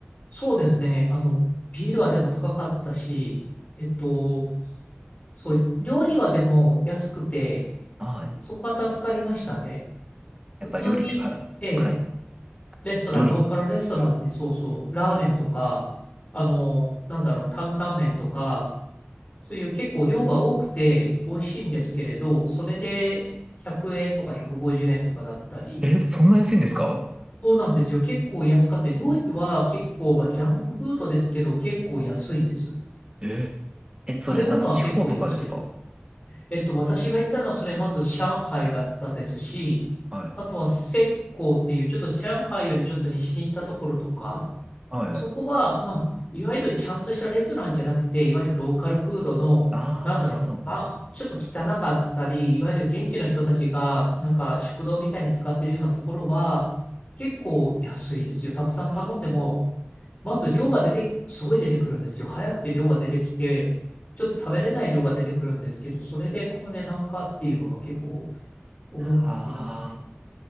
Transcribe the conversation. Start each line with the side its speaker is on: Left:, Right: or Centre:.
Left: そうですね。あの、ビールはでも高かったし、えっと、そう、料理はでも安くて、
Right: はい。
Left: そこは助かりましたね。
Right: やっぱり料理ってから、
Left: 普通に、ええ、
Right: はい。
Left: レストラン、
Right: 料理って、
Left: ローカルレストランで、そうそう、ラーメンとか、あの、なんだろう、担々麺とか、そういう結構量が多くて美味しいんですけれど、それで100円とか150円とかだったり、
Right: え、そんな安いんですか
Left: そうなんですよ。結構安かって、料理は結構、まあ、ジャンクフードですけど、結構安いです。
Right: え、え、それなんか地方とかですか
Left: 食べ物は結構安い。えっと、私が行ったのは、それまず上海だったですし、
Right: はい。
Left: あとは浙江っていう、ちょっと上海よりちょっと西に行ったところとか、
Right: はいはい。
Left: そこは、まあ、いわゆるちゃんとしたレストランじゃなくて、いわゆるローカルフードの、
Right: ああ、
Left: なんだろう、
Right: なるほど。
Left: まあ、ちょっと汚かったり、いわゆる現地の人たちが、なんか食堂みたいに使ってるようなところは、結構安いですよ。たくさん頼んでも、
Right: は
Left: まず量が出て、すごい出てくるんですよ。早くて量が出てきて、ちょっと食べれない量が出てくるんですけど、それでこの値段かっていうのが結構思うとありますね。
Right: あ